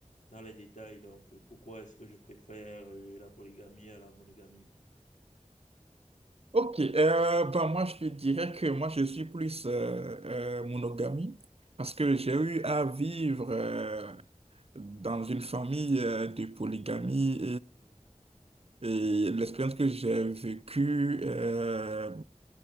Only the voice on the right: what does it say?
Ok, euh, bah moi je te dirais que moi je suis plus euh, euh, monogamie parce que j'ai eu à vivre euh, dans une famille euh, de polygamie et, et l'expérience que j'ai vécue euh,